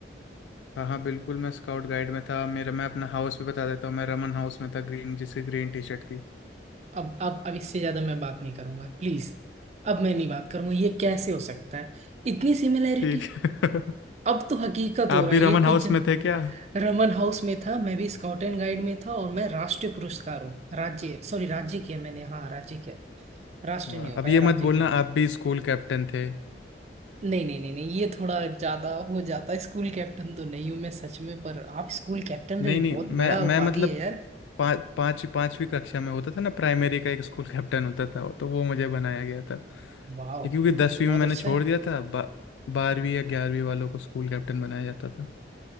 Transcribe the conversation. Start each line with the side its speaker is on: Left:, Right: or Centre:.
Left: हाँ हाँ बिल्कुल मैं स्काउट गाइड में था मेरा मैं अपना हाउस भी बता देता हूँ मैं रमन हाउस में था ग्रीन जिसकी ग्रीन टी शर्ट थी
Right: अब अब अब इससे ज्यादा मैं बात नहीं करूंगा प्लीज अब मैं नहीं बात करूंगा ये कैसे हो सकता है इतनी सिमिलैरिटी
Left: ठीक है
Right: अब तो हकीकत
Left: <laughs>
Right: हो
Left: आप
Right: रहा
Left: भी
Right: है
Left: रमन
Right: ये
Left: हाउस
Right: कुछ जन
Left: में थे क्या
Right: रमन हाउस में था मैं भी स्काउट एंड गाइड में था और मैं राष्ट्रीय पुरस्कार हूँ राज्य सॉरी राज्य किया मैंने हाँ राज्य किया राष्ट्रीय
Left: वाह,
Right: नहीं
Left: अब
Right: हो पाया
Left: ये मत
Right: राज्य
Left: बोलना
Right: किया
Left: आप भी स्कूल कैप्टन थे
Right: नहीं नहीं नहीं नहीं ये थोड़ा ज्यादा हो जाता है स्कूल कैप्टन तो नहीं हूँ मैं सच में पर आप स्कूल कैप्टन
Left: नहीं
Right: रहे बहुत
Left: नहीं मैं
Right: बड़ा
Left: मैं
Right: उपाधि
Left: मतलब
Right: है यार
Left: पा, पाँच पांचवी कक्षा में होता था ना प्राइमरी का एक स्कूल कैप्टन होता था तो वो मुझे बनाया गया था लेकिन
Right: वाह
Left: क्योंकि दसवीं
Right: ये तो बहुत
Left: में मैंने
Right: अच्छा
Left: छोड़
Right: है
Left: दिया था बा, बारहवीं या ग्यारहवीं वालों को स्कूल कैप्टन बनाया जाता था